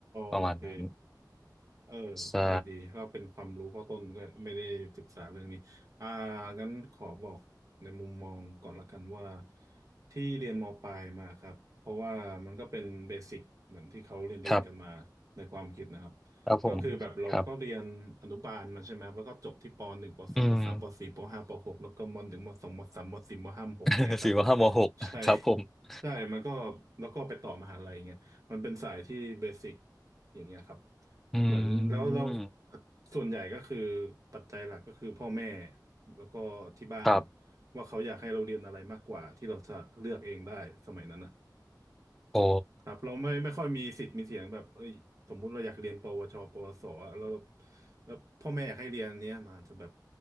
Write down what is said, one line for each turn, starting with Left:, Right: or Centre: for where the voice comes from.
Centre: ประมาณนั้น
Right: โอเค เออ
Centre: ใช่
Right: ดีดีก็เป็นความรู้เพราะต้นก็ไม่ได้ศึกษาเรื่องนี้อ่างั้นขอบอกในมุมมองก่อนละกันว่าที่เรียนมปลายมาครับเพราะว่ามันก็เป็นเบสิกเหมือนที่เขาเรียนเรียนกันมาในความคิดนะครับ
Centre: ครับครับผมครับ
Right: ก็คือแบบเราก็เรียนอนุบาลมาใช่ไหมแล้วก็จบที่ปหนึ่งปสองปสามปสี่ปห้าปหกแล้วก็มหนึ่งมสองมสามมสี่มห้ามหกเนี่ยครับ
Centre: อืม <laughs> สี่ว่าห้ามหกครับผม
Right: ใช่ใช่มันก็แล้วก็ไปต่อมหาลัยเงี้ยมันเป็นสายที่เบสิกอย่างเงี้ยครับ
Centre: อื
Right: เหมือนแล้วแล้ว
Centre: ม
Right: ส่วนใหญ่ก็คือปัจจัยหลักก็คือพ่อแม่แล้วก็ที่บ้าน
Centre: ครับ
Right: ว่าเขาอยากให้เราเรียนอะไรมากกว่าที่เราจะเลือกเองได้สมัยนั้นนะ
Centre: โอ้
Right: ครับเราไม่ไม่ค่อยมีสิทธิ์มีเสียงแบบเอ้ยสมมุติเราอยากเรียนปวชปวสอะแล้วเราแล้วพ่อแม่อยากให้เรียนเนี้ยมันจะแบบ